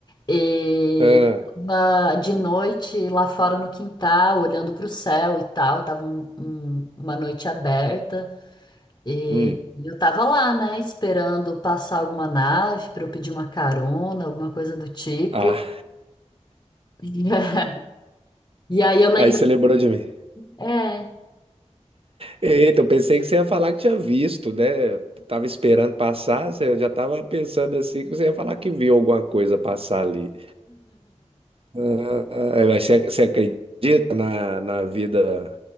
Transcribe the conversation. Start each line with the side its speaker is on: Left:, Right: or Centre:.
Left: E
Right: Ah,
Left: tava de noite lá fora no quintal, olhando pro céu e tal. Tava um- um- uma noite aberta e
Right: hum,
Left: eu tava lá, né? Esperando passar alguma nave para eu pedir uma carona, alguma coisa do tipo.
Right: ah,
Left: <laughs> E
Right: <laughs>
Left: aí eu lembrei,
Right: aí você lembrou de mim.
Left: é,
Right: Eita, eu pensei que você ia falar que tinha visto, né? Tava esperando passar, você- eu já tava pensando assim que você ia falar que viu alguma coisa passar ali. Ah, ah, mas você, você acredita na, na vida